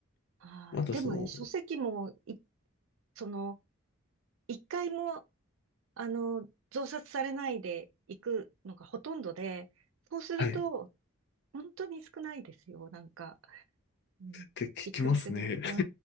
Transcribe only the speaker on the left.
またその、
はい、っ
て聞きますね。